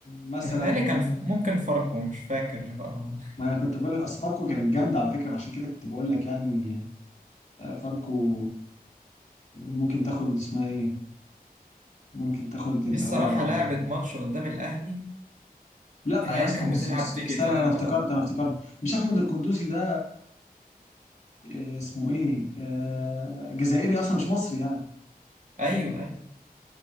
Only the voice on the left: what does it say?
مثلا
آه،
ما انا كنت بقول لك اصل فاركو كانت جامده على فكره عشان كده كنت بقول لك يعني آه، فاركو ممكن تاخد اسمها ايه ممكن تاخد
اللي
هو يعني
لا
يا اسطى
بص
بص
استنى
انا افتكرت
انا افتكرت مش احمد القندوسي ده آه، اسمه ايه آه، جزائري اصلا مش مصري يعني